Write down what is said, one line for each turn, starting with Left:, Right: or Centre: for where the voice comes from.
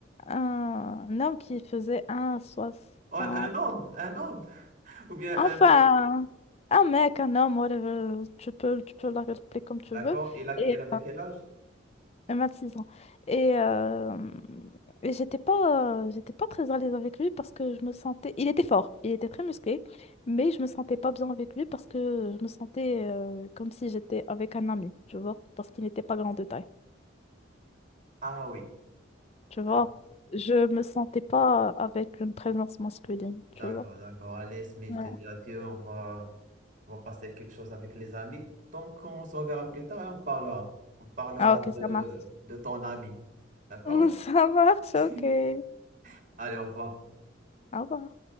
Left: un homme qui faisait 1,60.
Right: Oh, un homme, un homme <laughs> ou bien
Left: Enfin,
Right: un mec.
Left: un mec, un homme, whatever, tu peux, tu peux l'appeler comme tu
Right: D'accord,
Left: veux.
Right: il a,
Left: Et
Right: il avait quel âge?
Left: 26 ans. Et, euh, et j'étais pas, euh, j'étais pas très à l'aise avec lui parce que je me sentais. Il était fort, il était très musclé, mais je me sentais pas bien avec lui parce que je me sentais euh, comme si j'étais avec un ami, tu vois, parce qu'il n'était pas grand de taille,
Right: Ah oui.
Left: tu vois.
Right: Ah,
Left: Je me sentais pas avec une présence masculine,
Right: D'accord,
Left: tu vois.
Right: d'accord. Allez, Smith,
Left: Ouais.
Right: je te dis adieu. On va, on va passer quelque chose avec les amis. Donc, on se reverra plus tard et on parlera. On parlera
Left: Ah, ok,
Right: de,
Left: ça marche.
Right: de ton ami. D'accord?
Left: <laughs> Ça marche,
Right: <laughs>
Left: ok.
Right: Allez, au revoir.
Left: Au revoir.